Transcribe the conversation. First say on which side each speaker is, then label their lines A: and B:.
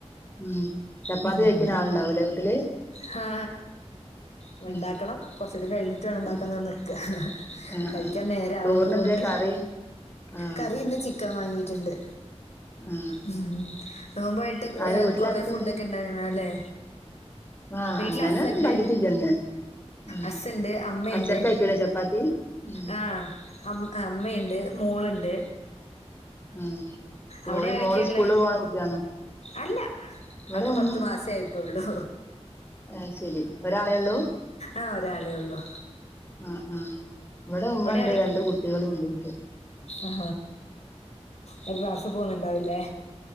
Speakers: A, on the left; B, on the left.
A: ഉം ചപ്പാത്തി
B: ഉം
A: കഴിക്കുന്ന ആളുണ്ടാവൂലേ വീട്ടില്
B: ഹാ വയ്
A: ഉം
B: ണ്ടാക്കണം കൊറ്ച്ചൂടി കഴിഞ്ഞിട്ട് വേണണ്ടാക്കാന്നറ്ഞ്
A: ഉം
B: നിക്ക
A: ആ
B: കഴിക്കാൻ
A: ആ
B: നേരാവുന്നത്
A: ചോറിന് എന്തേ
B: കൊണ്ട്
A: കറി ആ
B: കറിന്ന് ചിക്ക് ക്കം വാങ്ങീട്ട്ണ്ട്
A: ആ
B: ഉം നോമ്പായിട്ട്
A: ആരെ
B: ഏ
A: വീട്ടിലാരൊക്കെണ്ട്
B: കൊറേ ഫുഡൊക്കെ ണ്ടായിന്നല്ലേ
A: ആ
B: വീട്ടില്
A: അങ്ങനെ
B: അസ്സ്ണ്ട്
A: ഒന്നും ഉണ്ടാക്കിട്ടില്ല ഇന്ന് ആ
B: അസ്സ്ണ്ട് അമ്മയ്ണ്ട്
A: അച്ഛൻ കഴിക്കൂലേ ചപ്പാത്തി ഉം
B: ആ അമ് അമ്മയ്ണ്ട് മോള്ണ്ട്
A: ആഹ്
B: അവിടെ
A: ഓര്
B: ആരൊക്കെള്ളേ
A: മോള് സ്കൂളിൽ പോണ കുട്ടിയാണോ
B: അല്ല
A: ഇവിടെ
B: അവക്ക്
A: ഉം
B: പത്തു മാസേയിട്ടുള്ളു
A: അത് ശരി ഒരാളെ ഉള്ളൂ
B: ആ ഒരാളെള്ളു
A: ആ ആ ഇവിടെമ്മണ്ട്
B: ആരൊക്കെ
A: രണ്ട് കുട്ടേളുംണ്ട്ൻക്ക്
B: ആ ഒരു ക്ലാസ്സ് പോണ് ണ്ടാവുലേ